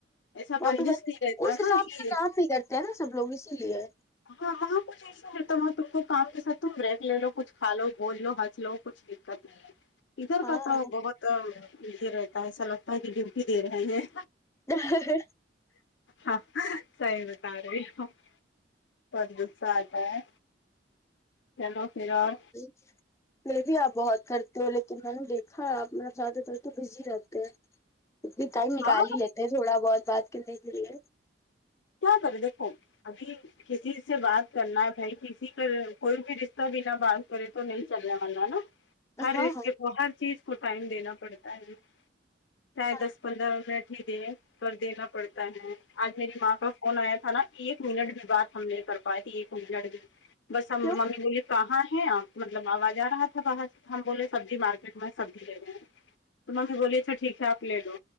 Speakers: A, on the left (about 80°); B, on the left (about 15°).
A: ایسا
B: وہاں
A: بندش
B: پہ بس
A: نہیں رہتا
B: اس حساب
A: نا
B: سے
A: یہ
B: کام نہیں کرتے ہیں نا سب لوگ اسی لیے
A: ہاں ہاں کچھ ایسا ہوتا ہو تم کو کام کےساتھ تم رہتی ہو کچھ کھالو بول لو ہنس لو کچھ دکت نہیں ادھر
B: ہاں
A: کا تو بہت تو یہ رہتا ہے ایسا لگتا ہے کہ ڈیوٹی دے رہے ہیں
B: ہ
A: ہاں صحیح بتا رہے ہو بہت غصہ آتا ہے چلو پھر اور
B: اچ پھر بھی آپ بہت کرتے ہو لیکن میں نے دیکھا ہے آپ مطلب زیادہ تر تو بزی رہتے ہیں اتنی ٹائم نکال
A: ہاں
B: ہی لیتے تھوڑا بہت بات کرنے کے لیے
A: کیا کر دیکھو ابھی کسی سے بات کرنا ہے بھائی کسی کا کوئی بھی رشتہ بنا بات کرے تو نہیں چلنے والا نا ہر
B: ہاں
A: رشتے کو ہر چیز کو ٹائم دینا پڑتا ہے
B: ہاں
A: چاہے دس پندرہ منٹ ہی دیے پر دینا پڑتا ہے آج میری ماں کا فون آیا تھا نا ایک منٹ بھی بات ہم نہیں کر پائے تھی ایک منٹ بھی بس ہم
B: کیوں
A: ممی بولی کہاں ہیں آپ مطلب آواز آ رہا تھا باہر سے ہم بولے سبزی مارکیٹ میں سبزی لے رہے ہیں تو ممی بولی اچھا ٹھیک ہےآپ لے لو